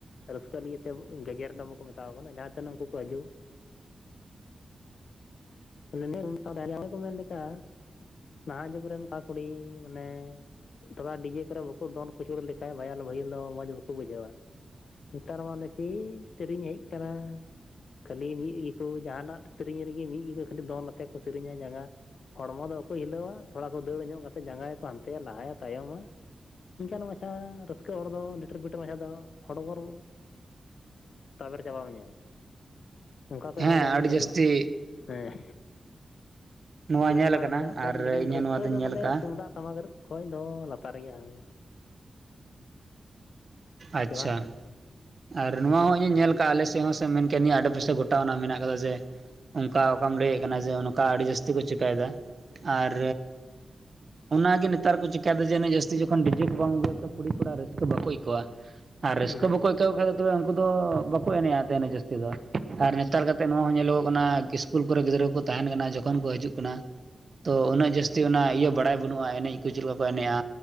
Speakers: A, on the left (about 70°); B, on the right (about 40°).
A: ᱨᱟᱹᱥᱠᱟᱹ ᱞᱟᱹᱜᱤᱫ ᱛᱮ ᱜᱮᱡᱮᱨ ᱰᱟᱵᱚ ᱠᱚ ᱢᱮᱛᱟᱣ ᱠᱟᱱᱟ ᱡᱟᱦᱟᱸ ᱛᱱᱟᱹ ᱩᱱᱠᱩ ᱠᱚ ᱦᱤᱡᱩᱜ, <unintelligible> ᱢᱮ ᱠᱚ ᱢᱮᱱ ᱞᱮᱠᱟ ᱱᱟᱦᱟᱜ ᱡᱩᱜᱽᱨᱮᱱ ᱚᱱᱠᱟ ᱠᱩᱲᱤ ᱢᱟᱱᱮ ᱛᱷᱚᱲᱟ ᱰᱤᱡᱮ ᱠᱚᱨᱮ ᱵᱟᱠᱚ ᱫᱚᱱ ᱠᱩᱪᱩᱲ ᱞᱮᱠᱷᱟᱡ ᱵᱷᱟᱭᱟᱞ ᱵᱷᱟᱹᱭᱩᱞ ᱫᱚ ᱢᱚᱸᱡᱽ ᱵᱟᱠᱳ ᱵᱩᱡᱷᱟᱹᱣᱟ᱾ ᱱᱮᱛᱟᱨ ᱢᱟ ᱚᱱᱮᱠᱤ ᱪᱮᱫ ᱥᱮᱨᱮᱧ ᱦᱮᱡ ᱟᱠᱟᱱᱟ ᱠᱷᱟᱹᱞᱤ ᱢᱤᱫ ᱜᱮᱠᱚ ᱡᱟᱦᱟᱸᱱᱟᱜ ᱥᱤᱨᱤᱧ ᱨᱮᱜᱮ ᱢᱤᱫ ᱜᱮᱠᱚ ᱠᱷᱟᱹᱞᱤ ᱫᱚᱱ ᱟᱛᱮ ᱠᱚ ᱥᱮᱨᱤᱧᱟ ᱡᱟᱝᱜᱟ ᱦᱚᱲᱢᱚ ᱫᱚ ᱵᱟᱠᱚ ᱦᱤᱞᱟᱹᱣᱟ ᱛᱷᱚᱲᱟ ᱠᱚ ᱫᱟᱹᱲ ᱧᱚᱜ ᱠᱟᱛᱮ ᱡᱟᱸᱟᱭ ᱜᱮᱠᱚ ᱦᱟᱱᱛᱮᱭᱟ ᱞᱟᱦᱟᱭᱟ ᱛᱟᱭᱚᱢᱟ᱾ ᱤᱱᱠᱟᱱ ᱢᱟᱪᱷᱟ ᱨᱟᱹᱥᱠᱟᱹ ᱦᱚᱲ ᱫᱚ ᱞᱤᱴᱟᱹᱨ ᱯᱤᱴᱟᱹᱨ ᱢᱟᱪᱷᱟ ᱫᱚ ᱦᱚᱲᱚᱵᱚᱨᱚ ᱛᱟᱵᱮᱨ ᱪᱟᱵᱟ ᱢᱮᱭᱟᱭ ᱚᱱᱠᱟ ᱠᱚ ᱮᱱᱮᱡᱟ
B: ᱦᱮᱸ
A: ᱢᱤᱫ
B: ᱟᱹᱰᱤ
A: ᱜᱷᱟᱹᱲᱤᱡ
B: ᱡᱟᱹᱥᱛᱤ
A: ᱦᱮᱸ
B: ᱱᱚᱣᱟ
A: ᱢᱤᱫ ᱜᱷᱟᱹᱲᱤᱡ
B: ᱧᱮᱞ
A: ᱵᱟᱨ
B: ᱟᱠᱟᱱᱟ
A: <unintelligible>
B: ᱟᱨ ᱤᱧ
A: ᱨᱟᱹᱥᱠᱟᱹ
B: ᱦᱚᱸ ᱱᱚᱣᱟ ᱫᱚᱧ
A: ᱫᱚ
B: ᱧᱮᱞ
A: ᱵᱚᱞᱮ
B: ᱟᱠᱟᱜᱼᱟ᱾
A: ᱛᱩᱢᱫᱟᱜ ᱴᱟᱢᱟᱠ ᱠᱷᱚᱱ ᱫᱚ ᱞᱟᱛᱟᱨ ᱜᱮᱭᱟ ᱦᱳ
B: ᱟᱪᱪᱷᱟ
A: ᱥᱮ ᱵᱟᱝ
B: ᱟᱨ ᱱᱚᱣᱟ ᱦᱚᱸ ᱤᱧ ᱧᱮᱞ ᱟᱠᱟᱜᱼᱟ ᱟᱞᱮ ᱥᱮᱜ ᱦᱚᱸ ᱥᱮ ᱢᱮᱱ ᱠᱮᱭᱟ ᱱᱚᱣᱟ ᱟᱰᱮᱯᱟᱥᱮ ᱜᱚᱴᱟ ᱨᱮᱱᱟᱜ ᱢᱮᱱᱟᱜ ᱟᱠᱟᱫᱟ ᱡᱮ ᱚᱱᱠᱟ ᱚᱠᱟᱢ ᱞᱟᱹᱭᱮᱫ ᱠᱟᱱᱟ ᱡᱮ ᱚᱱᱠᱟ ᱟᱹᱰᱤ ᱡᱟᱹᱥᱛᱤ ᱠᱚ ᱪᱤᱠᱟᱭᱮᱫᱟ᱾ ᱟᱨ ᱚᱱᱟᱜᱮ ᱱᱮᱛᱟᱨ ᱠᱚ ᱪᱤᱠᱟᱭᱫᱟ ᱡᱮ ᱡᱟᱹᱥᱛᱤ ᱡᱚᱠᱷᱚᱱ ᱰᱤᱡᱮ ᱠᱚ ᱵᱟᱢ ᱟᱹᱜᱩᱭᱟ ᱛᱚ ᱠᱩᱲᱤ ᱠᱳᱲᱟ ᱨᱟᱹᱥᱠᱟᱹ ᱵᱟᱠᱳ ᱟᱹᱭᱠᱟᱹᱣᱟ᱾ ᱟᱨ
A: ᱦᱮᱸ
B: ᱨᱟᱹᱥᱠᱟᱹ ᱵᱟᱠᱳ ᱟᱹᱠᱟᱹᱣ ᱠᱷᱟᱱ ᱫᱚ ᱛᱚᱵᱮ ᱩᱱᱠᱩ ᱫᱚ ᱵᱟᱠᱚ ᱮᱱᱮᱡᱼᱟ ᱛᱟᱦᱮᱱᱟᱹᱜ ᱡᱟᱹᱥᱛᱤ ᱫᱚ ᱟᱨ ᱱᱮᱛᱟᱨ ᱠᱟᱛᱮ ᱱᱚᱣᱟ ᱦᱚᱸ ᱧᱮᱞᱚᱜᱚᱜ ᱠᱟᱱᱟ ᱥᱠᱩᱞ ᱠᱚᱨᱮ ᱜᱤᱫᱽᱨᱟᱹ ᱠᱚ ᱛᱟᱦᱮᱱ ᱠᱟᱱᱟ ᱡᱚᱠᱷᱚᱱ ᱠᱚ ᱦᱤᱡᱩᱜ ᱠᱟᱱᱟ᱾ ᱛᱚ ᱩᱱᱟᱹᱜ ᱡᱟᱹᱥᱛᱤ ᱚᱱᱟ ᱤᱭᱟᱹ ᱵᱟᱲᱟᱭ ᱵᱟᱹᱱᱩᱜᱼᱟ, ᱮᱱᱮᱡ ᱠᱚ ᱪᱮᱫ ᱞᱮᱠᱟ ᱠᱚ ᱮᱱᱮᱡᱼᱟ᱾